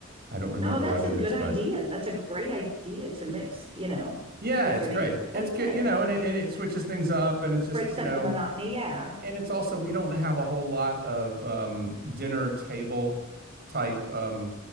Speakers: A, on the right (about 50°); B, on the right (about 30°).
A: I don't remember
B: Oh, that's
A: what it
B: a good
A: is,
B: idea.
A: but
B: That's a great idea to mix, you know,
A: yeah,
B: with
A: it's
B: your
A: great.
B: neighbors. That's
A: It's good,
B: good.
A: you know, and it, and it switches things up, and it's just,
B: Breaks
A: you
B: up
A: know,
B: the monotony. Yeah.
A: and it's also, we don't have a whole lot of um, dinner table type, um,